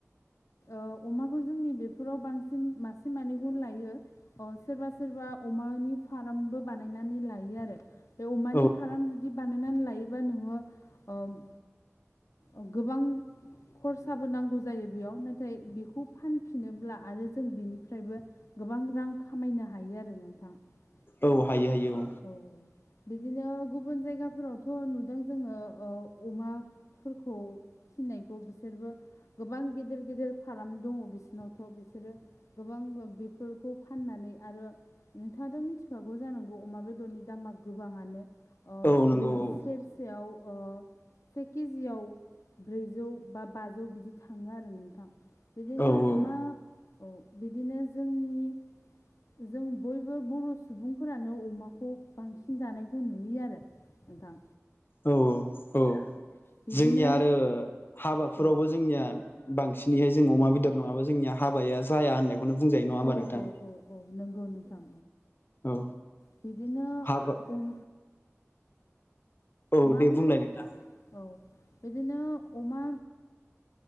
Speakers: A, on the left; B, on the left.
A: ओ अमाखौ जोंनि बेफोराव बांसिन मासे मानैखौ लायो। अ सोरबा सोरबा अमानि फारामबो बानायनानै लायो आरो। बे अमानि
B: औ
A: फाराम जुदि बानायनानै लायोबा नोङो ओम अ गोबां खरसाबो नांगौ जायो बेयाव नाथाय बेखौ फानफिनोब्ला आरो जों बेनिफ्रायबो गोबां रां खामायनो हायो आरो नोंथां
B: औ हायो
A: <unintelligible>
B: हायो
A: औ बेदिनो गुबुन जायगाफोरावथ' नुदों जोङो ओ अमा फोरखौ फिनायखौ बिसोरबो गोबां गिदिर गिदिर फाराम दङ' बिसिनावथ' बिसोरो गोबांबो बेफोरखौ फाननानै आरो नोंथाङाथ' मिनथिखागौ जानांगौ अमा बेदरनि दामा गोबाङानो
B: औ
A: ओ
B: औ नंगौ
A: ब्रैज
B: औ
A: सेरसेयाव ओ से केजियाव ब्रैजौ बा बाजौ बिदि थाङो आरो नोंथां। बिदिनो
B: औ औ
A: अमा औ बिदिनो जोंनि जों बयबो बर' सुबुंफोरानो अमाखौ बांसिन जानायखौ नुयो आरो। नोंथां
B: औ औ औ
A: बिदिनो
B: जोंनिया आरो हाबाफोरावबो
A: औ
B: जोंनिया बांसिनैहाय जों अमा बेदर नङाबा जोंनि हाबाया जाया होननायखौनो बुंजायो नङा होमबा
A: औ
B: नोंथां?
A: औ औ औ नोंगौ नोंथां
B: औ
A: बिदिनो
B: हाबा
A: अम
B: औ
A: मा
B: दे
A: बुंनो
B: बुंलाय नोंथां
A: औ बिदिनो अमा